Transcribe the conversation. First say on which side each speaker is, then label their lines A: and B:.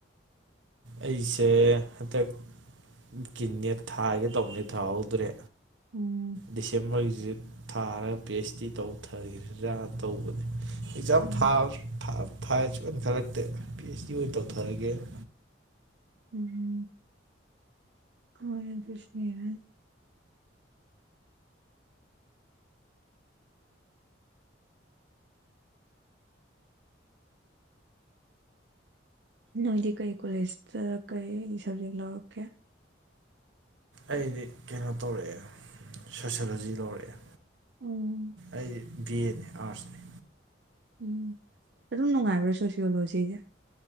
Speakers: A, on the right; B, on the right.
A: ꯑꯩꯁꯦ ꯍꯟꯗꯛ ꯀꯤ ꯅꯦꯠ ꯊꯥꯒꯦ ꯇꯧꯕꯅꯦ ꯊꯥꯍꯧꯗ꯭ꯔꯦ
B: ꯎꯝ
A: ꯗꯤꯁꯦꯝꯕꯔꯒꯤꯁꯤ ꯊꯥꯔꯒ ꯄꯤ ꯑꯩꯁ ꯗꯤ ꯇꯧꯊꯒꯤꯖꯤꯔꯥꯅ ꯇꯧꯕꯅꯦ ꯑꯦꯛꯖꯥꯝ
B: ꯎꯝ
A: ꯊꯥꯕꯁꯤ ꯊꯥ ꯊꯥꯏ ꯁꯨꯛꯈꯟ ꯈꯜꯂꯛꯇꯦ ꯄꯤ ꯑꯩꯆ ꯗꯤ ꯑꯣꯏꯅ ꯇꯧꯊꯔꯒꯦꯅ
B: ꯎꯝ ꯍꯣꯏ ꯑꯗꯨꯁꯨ ꯌꯥꯏ ꯅꯣꯏꯗꯤ ꯀꯩ ꯀꯣꯂꯦꯖꯇ ꯀꯩ ꯁꯕꯖꯦꯛ ꯂꯧꯔꯛꯀꯦ
A: ꯑꯩꯗꯤ ꯀꯩꯅꯣ ꯇꯧꯔꯛꯑꯦ ꯁꯣꯁꯤꯌꯣꯂꯣꯖꯤ ꯂꯧꯔꯛꯑꯦ
B: ꯎꯝ
A: ꯑꯩ ꯕꯤ ꯑꯦ <unintelligible> ꯑꯥꯔꯠꯁꯅꯤ
B: ꯎꯝ ꯑꯗꯨꯝ ꯅꯨꯡꯉꯥꯏꯕ꯭ꯔꯥ ꯁꯣꯁꯤꯌꯣꯂꯣꯖꯤꯖꯦ